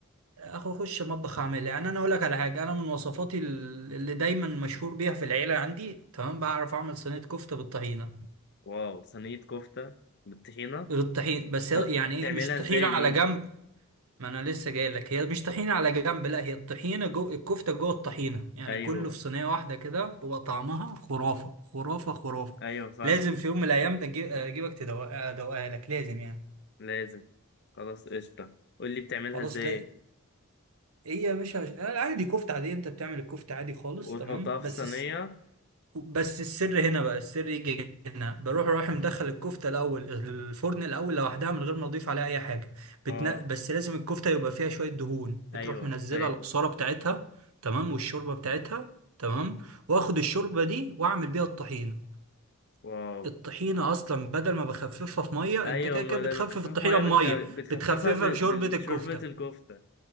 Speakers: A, on the right (about 75°); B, on the left (about 50°).
A: اخو اخش المطبخ اعملها يعني انا اقول لك على حاجه انا من وصفاتي ال- اللي دايما مشهور بيها في العيله عندي تمام بعرف اعمل صينيه كفته بالطحينه
B: واو صينية كفتة بالطحينة
A: بالطحين بس
B: طب
A: يعني ايه
B: تعملها
A: مش طحينه
B: ازاي
A: على
B: دي
A: جنب ما انا لسه جاي لك هي مش طحينه على جنب لا هي الطحينه جو الكفته جوه الطحينه يعني
B: ايوه
A: كله في صينيه واحده كده بيبقى طعمها خرافه خرافه خرافه
B: ايوه فاهم
A: لازم في يوم من الايام ده أجي- اجيبك تدوق- ادوقها لك لازم يعني
B: لازم خلاص قشطة قولي بتعملها
A: خلاص
B: ازاي
A: لا ايه يا باشا آه، عادي كفته عادي انت بتعمل الكفته عادي خالص
B: وتحطها
A: تمام
B: في
A: بس
B: الصينية
A: بس السر هنا بقى السر يجي هنا بروح رايح مدخل الكفته الاول الفرن الاول لوحدها من غير ما اضيف عليها اي حاجه بتن...
B: اه
A: بس لازم الكفته يبقى فيها شويه دهون
B: ايوه
A: تروح منزلها
B: فاهم
A: العصاره بتاعتها تمام والشوربه بتاعتها تمام واخد الشوربه دي واعمل بيها الطحينه
B: واو
A: الطحينه اصلا بدل ما بخففها في ميه
B: ايوه
A: انت كده
B: ما
A: كده
B: لما
A: بتخفف
B: تخفف
A: الطحينه
B: ميه
A: بميه
B: بتخ... بتخففها
A: بتخففها
B: ب...
A: بشوربه
B: بشوربة
A: الكفته
B: الكفتة